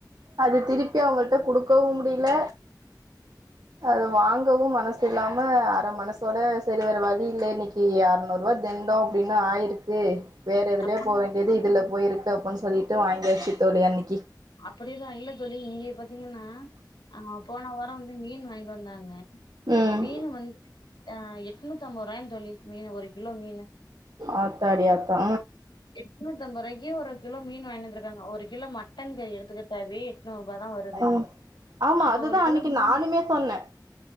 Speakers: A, on the right; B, on the left.
A: அது திருப்பி அவங்கிட்ட குடுக்கவும் முடில அது வாங்கவும் மனசு இல்லாம அர மனசோட சரி வர வழி இல்ல இன்னைக்கு அறநூறு ரூபா தெண்டம் அப்டின்னு ஆயிருக்கு வேற எதுலயோ
B: அப்ப
A: போக வேண்டியது இதுல போயிருக்கு அப்புர்னு சொல்லிட்டு வாங்கியாச்சு தோழி அன்னைக்கு
B: அப்படிதான் இல்ல தோழி இங்கே பாத்தீங்கன்னா ஆஹ் போன வாரம் மீன் வாங்ட்டு வந்தாங்க
A: ம்
B: மீன் வந்து ஆஹ் எட்நூத்து அம்பதுரூபாயா தோழி மீன் ஒரு கிலோ மீன்
A: ஆத்தாடி ஆத்தா
B: எட்ணூத்தம்பதுருபாய்க்கு ஒரு கிலோ மீன் வாங்கிட்டு வந்திருக்காங்க ஒரு கிலோ மட் டன் கறி எடுத்துக்கிட்டாவே எநூறு ரூபா தான் வருது
A: ம் ஆமா
B: அப்ப
A: அதுதா
B: ஒரு கிலோ
A: அன்னைக்கு
B: மீன்
A: நானுமே சொன்னே